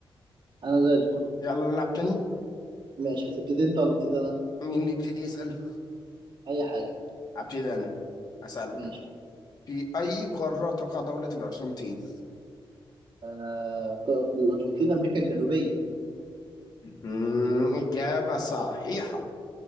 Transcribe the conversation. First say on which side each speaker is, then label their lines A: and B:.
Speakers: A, on the right; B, on the left.
A: أنا زي الفل
B: يلا نلعب تاني
A: ماشي هتبتدي أنت ولا أبتدي أنا؟
B: مين اللي يبتدي يسال
A: أي حاجة
B: ابتدي انا هسالك
A: ماشي
B: في اي قاره تقع دوله الارجنتين
A: آه... ك- الأرجنتين أمريكا الجنوبية
B: مم، اجابه صحيحه